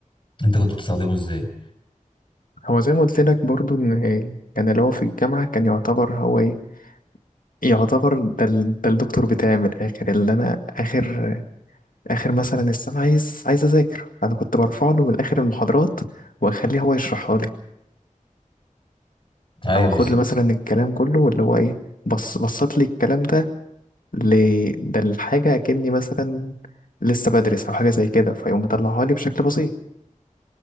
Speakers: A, on the left; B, on the left.
A: انت كنت بتستخدمه ازاي
B: هو زي ما قلت لك برضو ان كان اللي هو في الجامعه كان يعتبر هو ايه يعتبر ده, ال... ده الدكتور بتاعي من الاخر اللي انا اخر اخر مثلا السنه عايز عايز اذاكر انا كنت برفع له من اخر المحاضرات واخليه هو يشرحها لي
A: ايوه
B: او اخد
A: بالظبط
B: لي مثلا الكلام كله واللي هو ايه بص بصت لي الكلام ده ل... ده الحاجة كأني مثلا لسه بدرس او حاجة زي كده فيقوم مطلعها لي بشكل بسيط